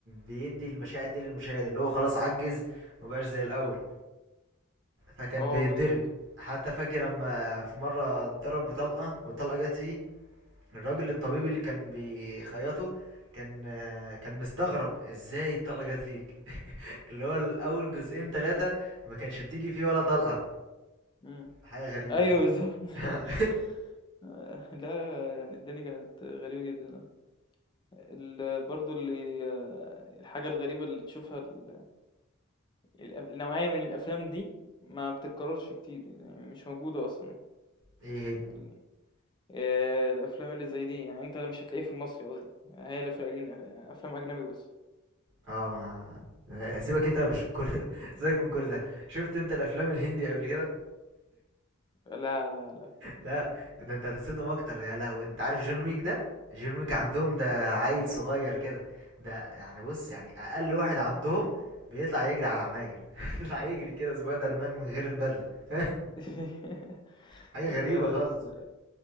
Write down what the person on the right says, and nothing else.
بيدي المشاعر دي للمشاهد اللي هو خلاص عجز مبقاش زي الاول فكان
بيتضرب
حتى فاكر لما في مره اتضرب بطلقه والطلقه جت فيه الراجل الطبيب اللي كان بيخيطه كان آه، كان مستغرب ازاي الطلقة جت فيك <laughs> اللي هو الاول جزئين ثلاثة ما كانش بتيجي فيه ولا طلقة
حاجة غريبة
يعني
<laughs>
ايه هي
اه سيبك انت مش كل ده <laughs> سيبك من كل ده شفت انت الافلام الهندي قبل كده
لا ده انت هتتصدم اكتر يا لهوي انت عارف جون ويك ده جون ويك
عندهم ده عيل صغير كده ده يعني بص يعني اقل واحد عندهم بيطلع يجري على العماير <laughs> يطلع يجري كده سبايدر مان من غير البدله فاهم
حاجه
غريبه
خالص